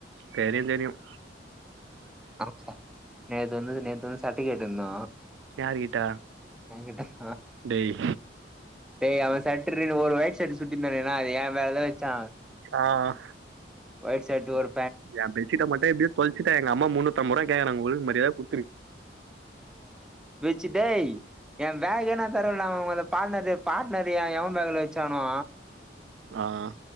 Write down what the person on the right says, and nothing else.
தேரியும் தேரியும்
யாருகிட்ட
டேய்
ஆஹ்
ஏன் பெட்ஷீட்ட மட்டும் தொல்ச்சிட்ட எங்க அம்மா முன்னு பத்தும் முறகேக்குறாக ஒழுங்கு மரியாதை குடுத்துரு
ஆஹ்